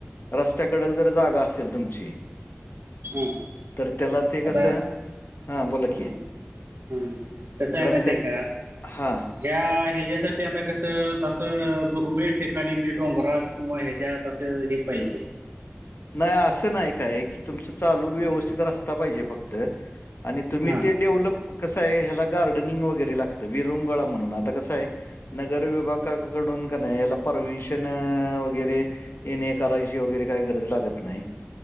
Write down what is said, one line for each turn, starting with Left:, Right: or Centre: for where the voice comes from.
Left: रस्त्याकडेल जर जागा असेल तुमची
Right: हम्म
Left: तर त्याला ते
Right: आता
Left: कसं हा
Right: हम्म
Left: बोला की
Right: हम्म कसं आहे
Left: रस्त्या
Right: माहित आहे का?
Left: हां.
Right: या ह्याच्यायासाठी आता कसं जसं दुर्मिळ ठिकाणी मी डोंगरात किंवा हयाच्यात तसे हे पाहिजे
Left: नाही असं नाही काय की तुमचं चालू व्यवस्थित
Right: मग
Left: असता पाहिजे फक्त आणि तुम्ही
Right: हा
Left: ते डेव्हलप कसं आहे ह्याला गार्डनिंग वगैरे लागतं विरुंगळा म्हणून आता कसं आहे. नगर विभागाकडून का नाही याला परमिशन वगैरे येणे करायची वगैरे काही गरज लागतं नाही.